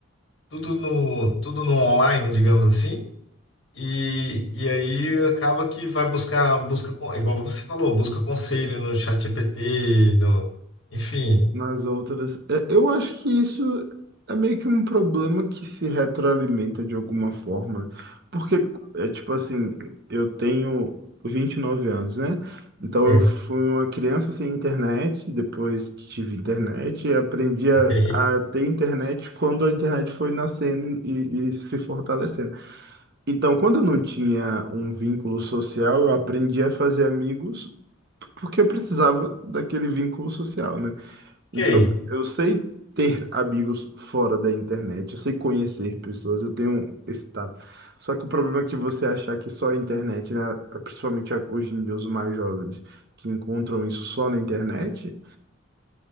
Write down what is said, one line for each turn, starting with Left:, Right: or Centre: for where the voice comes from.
Left: tudo no, tudo no online, digamos assim, e, e aí acaba que vai buscar, busca, con- igual você falou, busca conselho no chat GPT no, enfim.
Right: nas outras. é, Eu acho que isso é meio que um problema que se retroalimenta de alguma forma. Porque, é tipo assim, eu tenho 29 anos, né? Então
Left: É.
Right: eu fui uma criança sem internet, depois tive internet, e aprendi a,
Left: Ok,
Right: a ter internet quando a internet foi nascendo e, e se fortalecendo. Então, quando eu não tinha um vínculo social, eu aprendi a fazer amigos porque eu precisava daquele vínculo social, né? Então,
Left: ok.
Right: eu sei ter amigos fora da internet, eu sei conhecer pessoas, eu tenho esse tato. Só que o problema é que você achar que só a internet, né, principalmente a- hoje em dia os mais jovens, que encontram isso só na internet,